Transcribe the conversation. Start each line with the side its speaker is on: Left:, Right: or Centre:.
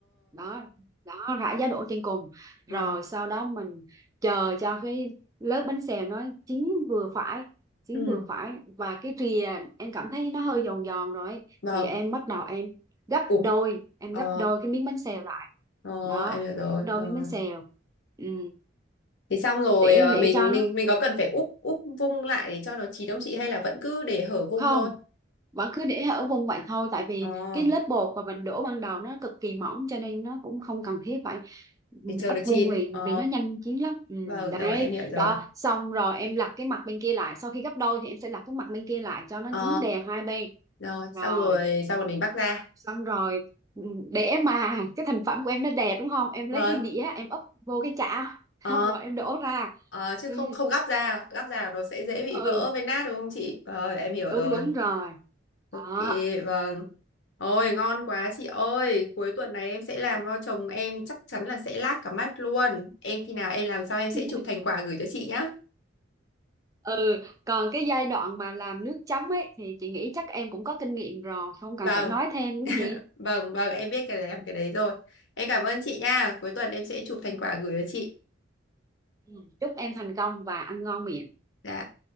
Right: đó đó rải giá đỗ trên cùng
Left: ờ.
Right: rồi sau đó mình chờ cho cái lớp bánh xèo nó chín vừa phải chín
Left: Ừ.
Right: vừa phải và cái rìa em cảm thấy nó hơi giòn giòn rồi ấy.
Left: Vâng.
Right: thì em bắt đầu em gấp
Left: Ủa,
Right: đôi em
Left: ờ,
Right: gấp đôi cái miếng bánh xèo lại
Left: ờ,
Right: đó
Left: em hiểu rồi,
Right: gấp đôi
Left: rồi.
Right: miếng bánh xèo ừ.
Left: Thế xong rồi
Right: để
Left: ờ,
Right: để
Left: mình
Right: cho nó
Left: mình mình có cần phải úp úp vung lại để cho nó chín không chị hay là vẫn cứ để hở vung
Right: không
Left: thôi?
Right: vẫn cứ để ở vùng vậy thôi tại vì
Left: Ờ,
Right: cái lớp bột mà mình đổ ban đầu nó cực kỳ mỏng cho nên nó cũng không cần thiết phải Ừ,
Left: để chờ
Right: ấp
Left: nó chín.
Right: vô nguyền
Left: Ờ,
Right: vì nó nhanh chín lắm ừ,
Left: vâng rồi
Right: đấy
Left: em hiểu rồi.
Right: đó xong rồi em lật cái mặt bên kia lại sau khi gấp đôi thì em sẽ lật cái mặt bên kia lại cho nó
Left: Ờ,
Right: chín đều hai bên
Left: rồi xong
Right: rồi
Left: rồi xong rồi mình bắc ra.
Right: xong rồi ừ, để mà cái thành phẩm của em nó đẹp đúng không em lấy
Left: Vâng.
Right: cái đĩa em úp vô cái chảo <laughs>
Left: Ờ,
Right: xong rồi em đổ ra
Left: ờ, chứ
Right: ừ,
Left: không không gắp ra, gắp ra nó sẽ dễ bị
Right: ừ
Left: vỡ với nát đúng không chị? Ờ, em hiểu
Right: đúng
Left: rồi.
Right: đúng rồi
Left: Ok,
Right: đó
Left: vâng. Ôi, ngon quá chị ơi. Cuối tuần này em sẽ làm cho chồng em chắc chắn là sẽ lác cả mắt luôn. Em khi nào em làm sao em sẽ
Right: <laughs>
Left: chụp thành quả gửi cho chị nhá.
Right: ừ còn cái giai đoạn mà làm nước chấm ấy thì chị nghĩ chắc em cũng có kinh nghiệm rồi không cần
Left: Vâng,
Right: phải nói thêm đúng
Left: <laughs>
Right: gì
Left: vâng, vâng, em biết cái này làm cái đấy rồi. Em cảm ơn chị nha. Cuối tuần em sẽ chụp thành quả gửi cho chị.
Right: Ừ, chúc em thành công và ăn ngon miệng
Left: Dạ.